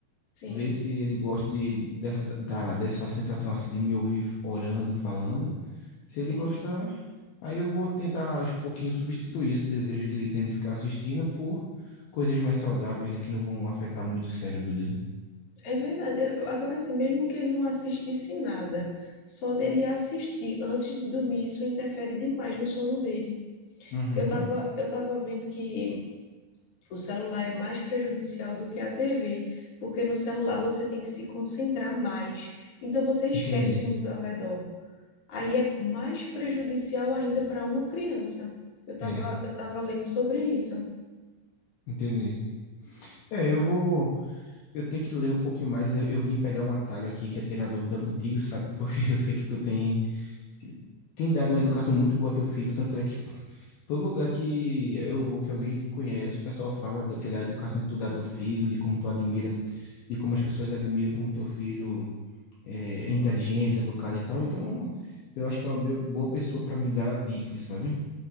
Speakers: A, on the left; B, on the left.
A: Sim,
B: ver se ele gosta de, dessa, da, dessa sensação assim de me ouvir orando, falando. Se
A: sim.
B: ele gostar, aí eu vou tentar aos pouquinhos substituir esse desejo que ele tem de ficar assistindo por coisas mais saudáveis, né, que não vão afetar muito o cérebro dele.
A: É verdade. É- Agora, assim, mesmo que ele não assistisse nada, só dele assistir antes de dormir, isso interfere demais no sono dele.
B: Uhum.
A: Eu tava, eu tava vendo que o celular é mais prejudicial do que a TV, porque no celular você tem que se concentrar mais. Então você esquece
B: Entendi.
A: o mundo ao redor. aí é mais prejudicial ainda para uma criança. Eu estava
B: É,
A: eu estava lendo sobre isso.
B: entendi. É, eu vou. Eu tenho que ler um pouquinho mais. Eu, eu vim pegar um atalho aqui que é tirar dúvida contigo, sabe? Porque <laughs> eu sei que tu tem, que tem dado uma educação muito boa ao teu filho. Tanto é que todo lugar que eu vou, que alguém te conhece, o pessoal fala da, que da educação que tu dá ao teu filho, de como tu admira, de como as pessoas admiram como teu filho é, é inteligente, educado e tal. Então, eu acho que é uma be- boa pessoa para me dar dicas, sabe?